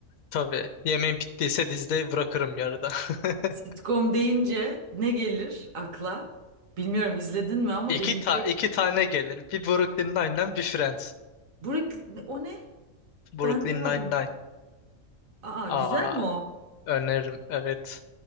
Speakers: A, on the left; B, on the right.
A: tabii yemeğin bittiyse dizide bırakırım yarıda. <laughs>
B: Sitcom deyince ne gelir akla? Bilmiyorum izledin mi ama
A: İki,
B: benim
A: ta
B: direkt...
A: iki tane gelir. Bir Brooklyn Nine-Nine bir Friends.
B: Burek, o ne?
A: Brooklyn
B: Ben duymadım
A: Nine-Nine.
B: hiç. Aa
A: Aa,
B: güzel mi o?
A: öneririm. Evet.